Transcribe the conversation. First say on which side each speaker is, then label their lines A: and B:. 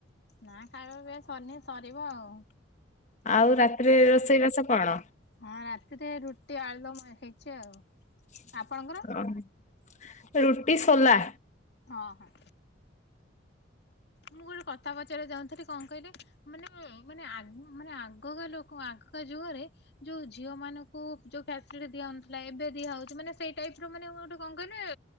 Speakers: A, on the left; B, on the left.
A: ନାଁ ଖାଇବା ପିଇବା ସରିନି ସରିବ ଆଉ।
B: ଆଉ ରାତିରେ ରୋଷେଇ ବାସ କଣ?
A: ହଁ ରାତିରେ ରୁଟି ଆଳୁଦମ ହେଇଚି ଆଉ।
B: <unintelligible>
A: ଆପଣଙ୍କର?
B: ରୁଟି ସୋଲା।
A: ହଁ ହଁ ମୁଁ ଗୋଟେ କଥା ପଚାରିବାକୁ ଚାହୁଁଥିଲି କଣ କହିଲେ ମାନେ ମାନେ ଆଗ ମାନେ ଆଗକା ଲୋକ ଆଗ କା ଯୁଗରେ। ଯୋଉ ଝିଅ ମାନଙ୍କୁ ଯୋଉ ଫ୍ୟାସିଲିଟି ଦିଆହଉନଥିଲା ଏବେ ଦିଆହଉଛି ମାନେ ସେଇଟାଇପର ମାନେ ଗୋଟେ କଣ କହିଲେ?